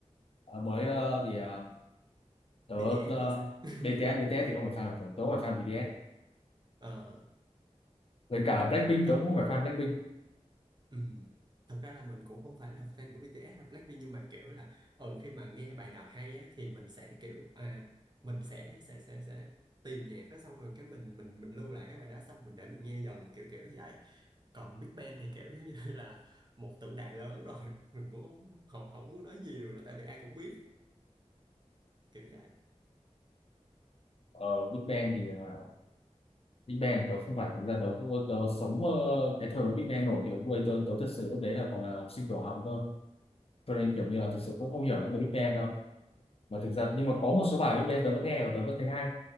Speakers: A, on the left (about 55°); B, on the right (about 35°).
A: mới ờ, thì ờ, tớ
B: BTS
A: uh,
B: thì sao <laughs>
A: BTS BTS thì không phải fan của tớ tớ phải fan BTS
B: ờ
A: với cả Blackpink
B: thật
A: tớ cũng phải fan Blackpink
B: ừm, thật ra là mình cũng không phải là fan của BTS hay Blackpink nhưng mà kiểu là ở khi mà nghe bài nào hay á thì mình sẽ kiểu à mình sẽ sẽ sẽ sẽ tìm nhạc đó xong rồi cái mình mình mình lưu lại cái bài đó xong mình để mình nghe dần kiểu kiểu vậy còn Big Bang thì kiểu giống như <laughs> là một tượng đài lớn rồi mình cũng không không, không muốn nói nhiều nữa tại vì ai cũng biết kiểu vậy
A: ờ, Big Bang thì ờ, Big Bang tớ không phải thực ra tớ tớ sống ờ, cái thời mà Big Bang nổi thì lúc ấy tớ tớ thực sự lúc đấy là còn là học sinh tiểu học cơ cho
B: ừ
A: nên kiểu như là thực sự cũng không hiểu lắm về Big Bang đâu mà thực ra nhưng
B: ừ
A: mà có một số bài Big Bang tớ vẫn nghe và tớ vẫn thấy hay